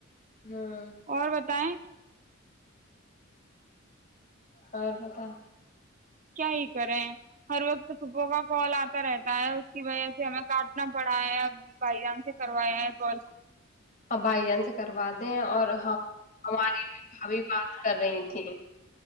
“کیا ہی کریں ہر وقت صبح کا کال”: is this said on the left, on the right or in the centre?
Right